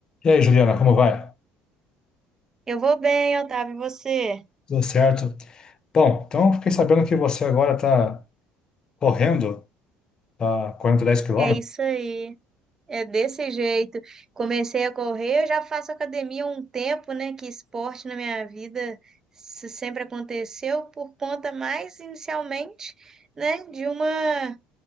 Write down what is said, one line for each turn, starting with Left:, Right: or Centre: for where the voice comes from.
Left: E aí, Juliana, como vai?
Right: Eu vou bem, Otávio, e você?
Left: Tudo certo? Bom, então fiquei sabendo que você agora está correndo, tá correndo 10 quilômetros.
Right: É isso aí. É desse jeito. Comecei a correr, eu já faço academia há um tempo, né? Que esporte na minha vida isso sempre aconteceu por conta mais inicialmente, né, de uma